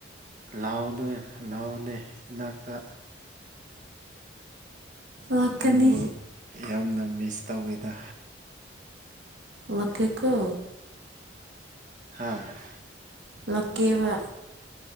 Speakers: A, on the right; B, on the right.
A: ꯂꯥꯎꯗꯦ ꯂꯥꯎꯅꯦ ꯏꯅꯥꯛꯇ
B: ꯂꯥꯛꯀꯅꯤ
A: ꯅꯪꯕꯨ ꯌꯥꯝꯅ ꯃꯤꯁ ꯇꯧꯋꯦꯗ
B: ꯂꯛꯒꯦ ꯒꯣ
A: ꯍꯥꯥ
B: ꯂꯛꯀꯦꯕ